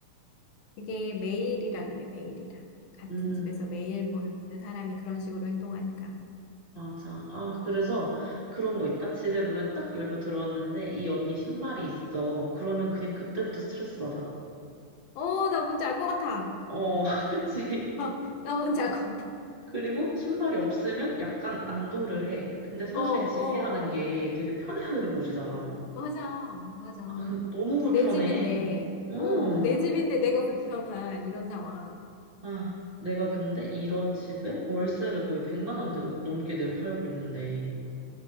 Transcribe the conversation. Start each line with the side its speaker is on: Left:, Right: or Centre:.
Left: 이게 매일이라 그래, 매일이라. 같은
Right: 음.
Left: 집에서 매일 보는 사람이 그런 식으로 행동하니까.
Right: 맞아. 아, 그래서 그런 거 있다. 집에 문을 딱 열고 들어왔는데 이 언니 신발이 있어. 그러면 그냥 그때부터 스트레스 받아.
Left: 어, 나 뭔지 알 것 같아.
Right: 어, <laughs> 그치.
Left: <laughs> 나 뭔지 알 것 같아.
Right: 그리고 신발이 없으면 약간 안도를 해. 근데 사실
Left: 어, 어,
Right: 집이라는 게
Left: 어.
Right: 되게 편해야 되는 곳이잖아.
Left: 맞아, 맞아.
Right: 아, 근데 너무 불편해.
Left: 내 집인데,
Right: 어.
Left: 어, 내 집인데 내가 불편한 이런 상황.
Right: 아, 내가 근데 이런 집에 월세를 거의 100만 원 내- 넘게 내고 살고 있는데